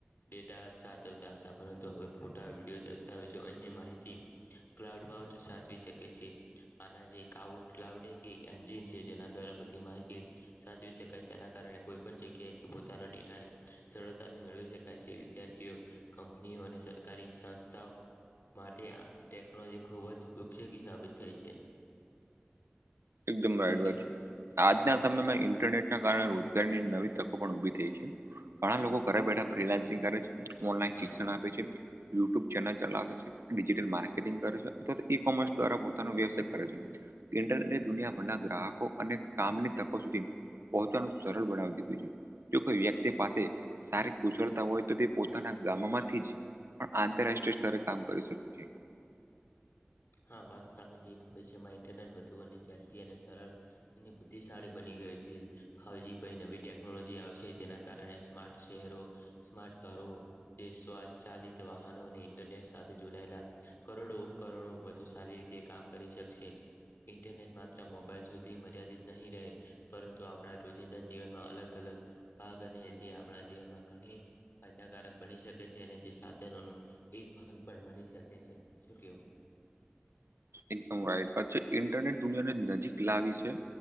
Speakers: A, on the left (about 60°); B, on the right (about 85°).
A: ડેટા સાચવતા હતા પરંતુ હવે ફોટા વિડીયો દસ્તાવેજો અન્ય માહિતી. ક્લાઉડમાં જ સાચવી શકે છે. આના જે કાઉડ ક્લાઉડ એક એન્જીન છે જેના દ્વારા બધી માહિતી સાચવી શકાય છે. આના કારણે કોઈ પણ જગ્યાએથી પોતાના ડેટાને સરળતાથી મેળવી શકાય છે. વિદ્યાર્થીઓ કંપનીઓ અને સરકારી સંસ્થાઓ માટે આ ટેકનોલોજી ખૂબ જ ઉપયોગી સાબિત થઈ છે.
B: એકદમ રાઈડ
A: શું કહેવાય
B: વાત છે આજના
A: હા
B: સમયમાં ઇન્ટરનેટના કારણે રોજગારની નવી તકો પણ ઊભી થઈ છે. ઘણા
A: હમ
B: લોકો ઘરે બેઠા ફલાન્સિંગ કરે છે, ઓનલાઈન
A: હા
B: શિક્ષણ આપે છે. યુટ્યુબ ચેનલ ચલાવે છે ડિજિટલ માર્કેટિંગ કરે છે અથવા તો ઈ કોમર્સ દ્વારા પોતાનો વ્યવસાય કરે છે. ઇન્ટરનેટે દુનિયાભરના ગ્રાહકો અને કામની તકો સુધી પોહોંચાનું સરળ બનાવી દીધું છે. જો કોઈ વ્યક્તિ પાસે સારી કુશળતા હોય તો તે પોતાના ગામમાંથી જ પણ આંતરરાષ્ટ્રીય સ્તરે કામ કરી શક્યું છે.
A: હા વાત સામે જે ભવિષ્યમાં ઇન્ટરનેટ વધુ અને ઝડપી અને સરળ એની બુદ્ધિશાળી બની ગય છે. ફાવજી પઇ નવી ટેકનોલોજી આવશે જેના કારણે સ્માર્ટ શહેરો સ્માર્ટ ઘરો જે સ્વાચાલિત વાહનો અને ઇન્ટરનેટ સાથે જોડાયેલા કરોડો ઉપકરણો વત હારી રીતે કામ કરી શકશે. ઇન્ટરનેટ માત્ર મોબાઈલ સુધી મર્યાદિત નહીં રહે પરંતુ આપણા રોજિંદા જીવનમાં અલગ અલગ. ભાગ અને જે આપણા જીવનમાં ઘણી ફાયદાકારક બની શકે છે અને જે સાધનોનો એક ભાગ પણ બની શકે છે શું કેવ
B: એકદમ રાઈટ વાત છે ઇન્ટરનેટ દુનિયાને નજીક લાવી છે.